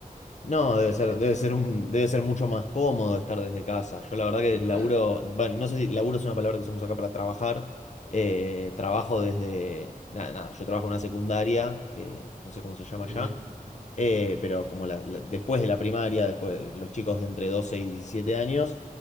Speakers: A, on the left; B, on the right.
A: No, debe
B: no,
A: ser, debe ser un, debe ser mucho más cómodo estar desde casa. Yo la verdad que laburo,
B: la-
A: bueno, no sé si laburo es una palabra que usamos acá para trabajar. Eh, trabajo desde, nada, nada, yo trabajo en una secundaria, que no sé cómo se llama
B: Ujú.
A: ya, eh, pero como la- la- después de la primaria, después los chicos de entre 12 y 17 años,